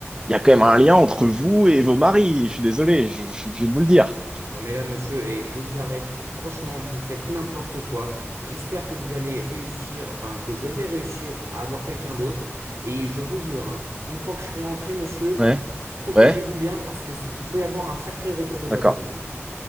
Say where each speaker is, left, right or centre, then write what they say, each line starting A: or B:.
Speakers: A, on the right (about 15°); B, on the right (about 70°).
A: il y a quand même un lien entre vous et vos maris. Je suis désolé, je, je suis obligé de vous le dire.
B: Non mais là monsieur, et je vous arrête. Franchement, vous faites n'importe quoi. J'espère que vous allez réussir, enfin que je vais réussir à avoir quelqu'un d'autre. Et je vous jure, hein, une fois que je serai rentré, monsieur,
A: Ouais,
B: protégez-vous
A: ouais,
B: bien parce que c- il peut y avoir un sacré retour de bâton.
A: d'accord,
B: hein.